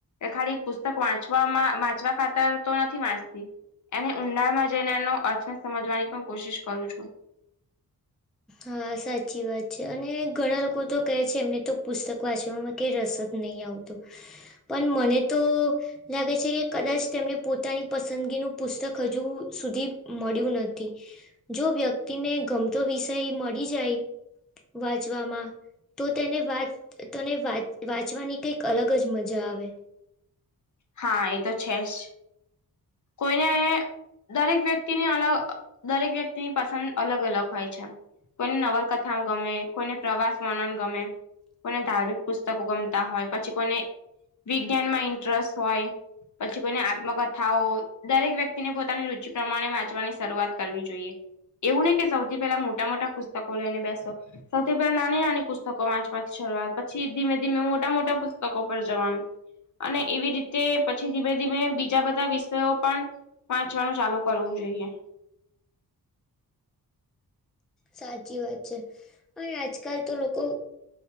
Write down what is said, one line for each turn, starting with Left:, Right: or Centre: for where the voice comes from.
Left: એ ખાલી પુસ્તક વાંચવામાં વાંચવા ખાતર તો નથી વાંચતી. એને ઊંડાણમાં જઈને એનો અર્થને સમજવાની પણ કોશિશ કરું છું.
Centre: હા સાચી વાત છે અને ઘણા લોકો તો કહે છે એમને તો પુસ્તક વાંચવામાં કે રસ જ નહી આવતો પણ મને તો લાગે છે કે કદાચ તેમને પોતાની પસંદગીનું પુસ્તક હજુ સુધી મળ્યું નથી. જો વ્યક્તિને ગમતો વિષય મળી જાય વાંચવામાં. તો તેને વાચ તને વાંચવાની કંઈક અલગ જ મજા આવે.
Left: હા એ તો છે જ કોઈને દરેક વ્યક્તિની અલગ દરેક વ્યક્તિની પસંદ અલગ અલગ હોય છે કોઈને નવલકથા ગમે કોઈને પ્રવાસ વર્ણન ગમે કોને ધાર્મિક પુસ્તકો ગમતા હોય પછી કોને વિજ્ઞાન માં ઇન્ટરેસ્ટ હોય પછી કોઈને આત્મકથાઓ દરેક વ્યક્તિને પોતાની રુચિ પ્રમાણે વાંચવાની શરૂઆત કરવી જોઈએ. એવું નઈ કે સૌથી પેલાં મોટાં-મોટાં પુસ્તકો લઈને બેસો. સૌથી પહેલા નાની નાની પુસ્તકો વાંચમાંથી શરૂઆત પછી ધીમે ધીમે મોટા મોટા પુસ્તકો પર જવાનું અને એવી રીતે પછી ધીમે-ધીમે બીજા બધાં વિષયો પણ વાંચવાનું ચાલુ કરવું જોઈએ
Centre: સાચી વાત છે અને આજકાલ તો લોકો